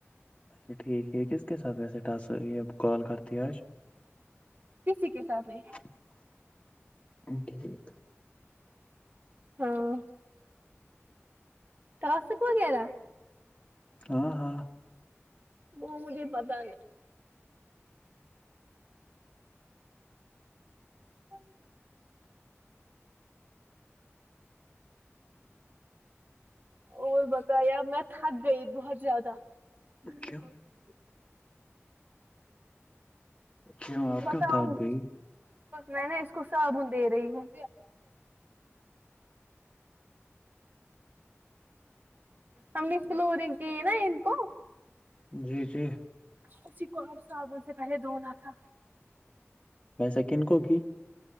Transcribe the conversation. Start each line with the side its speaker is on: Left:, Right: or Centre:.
Left: اچھا ٹھیک ہے کس کے ساتھ ویسے ٹاس کال کرتی آج
Right: کسیی کے ساتھ نہیں
Left: <unintelligible>
Right: ہاں ٹاسک وغیرہ
Left: ہاں ہاں
Right: وہ مجھے پتا نہیں <unintelligible> اور بتاؤ یار میں تھک گئی بہت زیادہ <unintelligible>
Left: کیوں کیوں آپ
Right: بتاؤں
Left: کیوں تھک گئی
Right: میں نے اس کو صابن دے رہی ہوں ہم نے سلو رنگ کی نا ان کو
Left: جی جی
Right: اسی کو آج صابن سے پہلے دھونا تھا
Left: ویسے کن کو کی